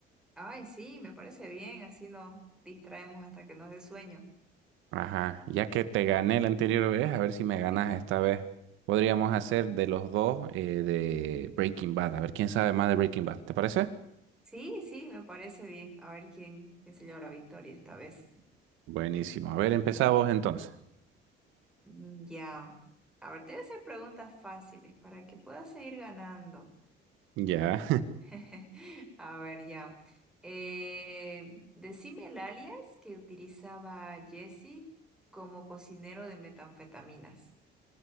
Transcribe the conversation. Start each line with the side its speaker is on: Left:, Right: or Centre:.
Centre: Ay, sí, me parece bien, así nos distraemos hasta que nos dé sueño.
Right: Ajá, ya que te gané la anterior vez, a ver si me
Centre: <laughs>
Right: ganas esta vez. Podríamos hacer de los dos eh, de Breaking Bad, a ver quién sabe más de Breaking Bad, ¿te parece?
Centre: Sí, sí, me parece bien. A ver quién, quién se lleva la victoria esta vez.
Right: Buenísimo, a ver, empezamos entonces.
Centre: Mm, Ya. A ver, te voy a hacer preguntas fáciles para que puedas seguir ganando.
Right: Ya.
Centre: <laughs> A ver, ya. Eh, decime el alias que utilizaba Jesse como cocinero de metanfetaminas.